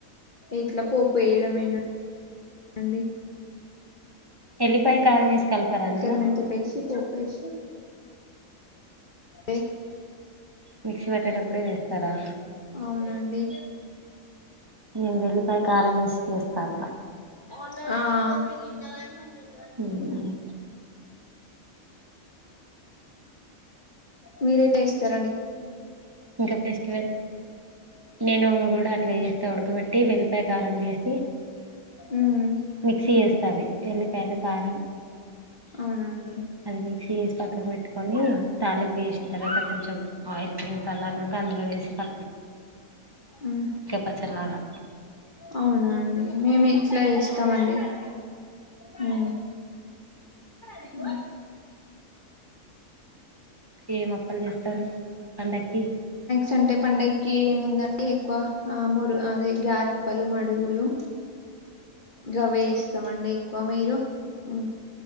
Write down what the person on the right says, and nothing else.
ఎల్లిపాయ కారం వేసి కలపరా అందులో
మిక్సీ పట్టేటప్పుడే వేస్తారా
నేను వెళ్లిపై కారంమేసి చేస్తా అట్లా
మ్
ఇంకా ఫెస్టివల్ నేను కూడా అట్లా చేస్తా ఉడకబెట్టి వెల్లిపకారం చేసి
మిక్సీ చేస్తావి ఎల్లిపాయలు కారం
అది మిసీ వసి పక కట్టుకొని తాళిం ప వేసిన తర్వాత కొంచెం ఆయిల్ సలని అందులో వేసి కలిపిన్చ
పచ్చడిలాగా
ఏం అప్పలు చేస్తారు పండకి